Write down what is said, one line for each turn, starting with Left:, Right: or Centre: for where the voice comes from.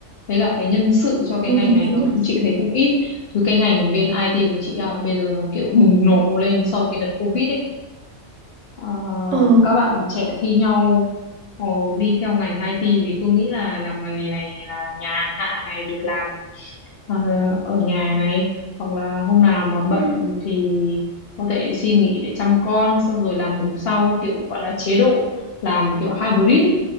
Left: với cả cái nhân sự cho cái
Right: Ừ.
Left: ngành này
Right: dạ đúng
Left: nó cũng
Right: rồi
Left: chị thấy cũng ít chứ cái ngành bên IT của chị à, bây giờ nó kiểu bùng nổ lên sau cái đợt Covid ấy. Ờ,
Right: Ồ.
Left: các bạn trẻ thi nhau ờ, đi theo ngành IT vì cứ nghĩ là làm ngành nghề này là nhàn hạ này được làm ờ, ở nhà này hoặc là hôm nào mà bận
Right: Ừ.
Left: thì có thể xin nghỉ để chăm con xong rồi làm bù sau kiểu gọi là chế độ làm kiểu hybrid ấy.